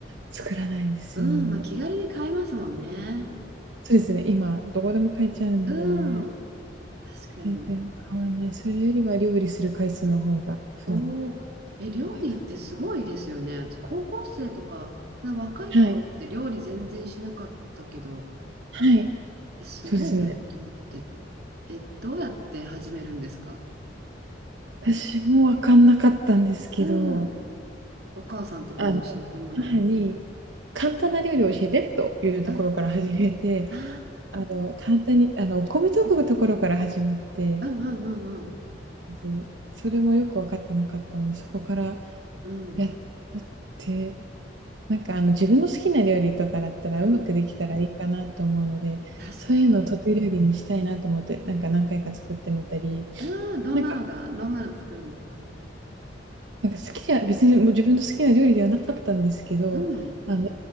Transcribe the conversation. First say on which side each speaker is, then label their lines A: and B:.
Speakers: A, on the right (about 85°); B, on the right (about 60°).
A: 作らないんですよ。
B: うん。まあ、気軽に買えますもんね。
A: そうですね、今どこでも買えちゃうので、
B: うん。確かに。
A: 全然買わない。それよりは料理する回数の方が普段
B: おお。え、料理ってすごいですよね。
A: 多いか
B: 私高校生とか、その若い頃って料理全然しなかったけど、
A: な。はい。はい。
B: え、すごいなと思って。
A: そうですね。
B: え、どうやって始めるんですか
A: 私もわかんなかったんですけど、
B: うん。お母さんとかに教えてもらう。
A: あの、母に簡単な料理を教えてというところから始めて、
B: うん。あ
A: あの、簡単に、あの、お米研ぐところから始まって、
B: あ。うんうんうん
A: ずそれもよく分かってなかったので、そこから
B: うん。うん。
A: やってって、なんか、あの、自分の好きな料理とかだったら、
B: うん。
A: うまくできたらいいかなと思うので、
B: 確かに。
A: そういうのを得意料理にしたいなと思って、なんか何回か作ってみたり、
B: うん。どんなのが、
A: なんか
B: どんなの作るんですか
A: なんか好きじゃ別にもう自分の好きな料理ではなかったんですけど、
B: うん。
A: あの、